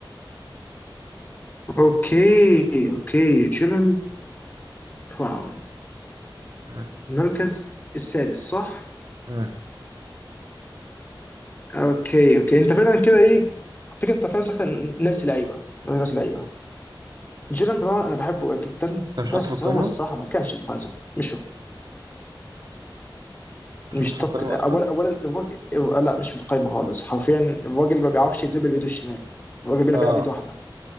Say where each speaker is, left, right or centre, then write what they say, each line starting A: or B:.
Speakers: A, on the left (about 20°); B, on the right (about 50°).
A: اوكي اوكي جيلن براون
B: مم.
A: المركز السادس صح
B: مم.
A: اوكي اوكي انت فعلا كده ايه فكرة انت فعلا سخت ناسي لعيبه ناسي لعيبه جيلن براون انا بحبه جدا
B: انت
A: بس
B: مش حاطه في القايمه
A: هو الصراحه ما كانش الفانز مش
B: انت
A: مش
B: مش حاطه في
A: توب
B: القايمه
A: تل- اولا
B: اصلا
A: اولا الراجل لا مش في القايمه خالص حرفيا الراجل ما بيعرفش يدربل بايده الشمال الراجل بيلعب
B: اه
A: بيلعب بايد واحده